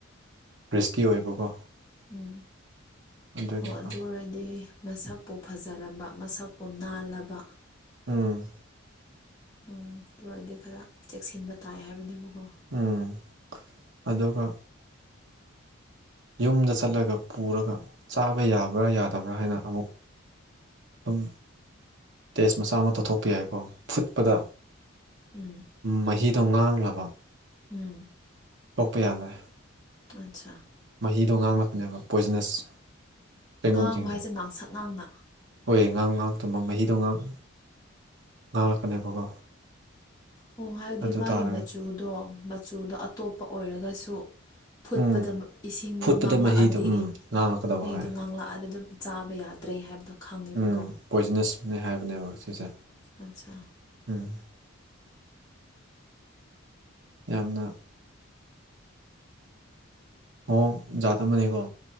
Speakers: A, on the right; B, on the left.
A: ꯔꯤꯁꯀꯤ ꯑꯣꯏꯕꯀꯣ
B: ꯎꯝ
A: ꯑꯗꯨꯒꯤꯀꯣ
B: ꯑꯣ ꯑꯗꯨ ꯑꯣꯏꯔꯗꯤ ꯃꯁꯛꯄꯨ ꯐ ꯐꯖꯔꯕ ꯃꯁꯛꯄꯨ ꯅꯥꯜꯂꯕ
A: ꯎꯝ
B: ꯎꯝ ꯑꯗꯨ ꯑꯣꯏꯔꯗꯤ ꯈꯔ ꯆꯦꯛꯁꯤꯟꯕ ꯇꯥꯏ ꯍꯥꯏꯕꯅꯦꯕꯀꯣ
A: ꯎꯝ ꯑꯗꯨꯒ ꯌꯨꯝꯗ ꯆꯠꯂꯒ ꯄꯨꯔꯒ ꯆꯥꯕ ꯌꯥꯕ꯭ꯔꯥ ꯌꯥꯗꯕ꯭ꯔꯥ ꯍꯥꯏꯅ ꯑꯃꯨꯛ ꯑꯗꯨꯝ ꯇꯦꯁ ꯃꯆꯥ ꯑꯃ ꯇꯧꯊꯣꯛꯄ ꯌꯥꯏꯀꯣ ꯐꯨꯠꯄꯗ
B: ꯎꯝ
A: ꯃꯍꯤꯗꯣ ꯉꯥꯡꯂꯕ
B: ꯎꯝ
A: ꯁꯣꯛꯄ ꯌꯥꯗ꯭ꯔꯦ
B: ꯑꯆꯥ
A: ꯃꯍꯤꯗꯣ ꯉꯥꯡꯂꯛꯄꯅꯦꯕ ꯄꯣꯏꯖꯅꯁ ꯆꯦꯡꯒꯨꯝꯁꯤꯡꯁꯦ
B: ꯉꯥꯡꯕ ꯍꯥꯏꯁꯦ ꯉꯥꯡꯁꯛ ꯉꯥꯡꯅ
A: ꯍꯣꯏ ꯉꯥꯡ ꯉꯥꯡꯇꯨꯕ ꯃꯍꯤꯗꯣ ꯉꯥꯡ ꯉꯥꯡꯂꯛꯀꯅꯦꯕꯀꯣ
B: ꯑꯣ ꯍꯥꯏꯕꯗꯤ
A: ꯑꯗꯨ
B: ꯃꯥꯒꯤ
A: ꯇꯥꯔꯒꯗꯤ
B: ꯃꯆꯨꯗꯣ ꯃꯆꯨꯗꯣ ꯑꯇꯣꯞꯄ ꯑꯣꯏꯔꯒꯁꯨ ꯐꯨꯠꯄꯗ
A: ꯎꯝ
B: ꯏꯁꯤꯡꯗꯣ
A: ꯐꯨꯠꯄꯗ
B: ꯉꯥꯡꯂꯛꯑꯗꯤ
A: ꯃꯍꯤꯗꯣ ꯎꯝ ꯉꯥꯡꯂꯛꯀꯗꯕ
B: ꯃꯩꯗꯣ
A: ꯍꯣꯏ
B: ꯉꯥꯡꯂꯛꯑꯗꯤ ꯑꯗꯨꯝ ꯆꯥꯕ ꯌꯥꯗ꯭ꯔꯦ ꯍꯥꯏꯕꯗꯣ ꯈꯪꯉꯦꯕꯀꯣ
A: ꯎꯝ ꯄꯣꯏꯖꯅꯁꯅꯦ ꯍꯥꯏꯕꯅꯦꯕ ꯁꯤꯁꯦ
B: ꯑꯠꯆꯥ
A: ꯎꯝ ꯌꯥꯝꯅ ꯑꯣ ꯖꯥꯠ ꯑꯃꯅꯦꯀꯣ